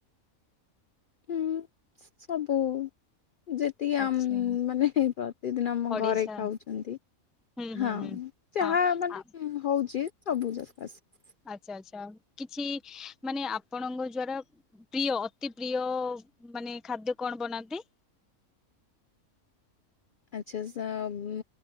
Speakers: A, on the left (about 60°); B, in the centre.
A: ହୁଁ ସବୁ ଯେତିକି
B: ଆଚ୍ଛା
A: ଆ ମାନେ ପ୍ରତିଦିନ ଆମ
B: ଓଡିଶା
A: ଘରେ ଖାଉଛନ୍ତି
B: ହୁଁ
A: ହଁ
B: ହୁଁ ହୁଁ
A: ଯାହା
B: ହଁ
A: ମାନେ
B: ଆ
A: ହଉଛି ସବୁ ଯାକ ଆସିବ।
B: ଆଛା ଆଚ୍ଛା କିଛି ମାନେ ଆପଣଙ୍କ ଦ୍ଵାରା ପ୍ରିୟ ଅତି ପ୍ରିୟ ମାନେ ଖାଦ୍ୟ କଣ ବନାନ୍ତି?
A: ଆଚ୍ଛା ଆଛା ମୁଁ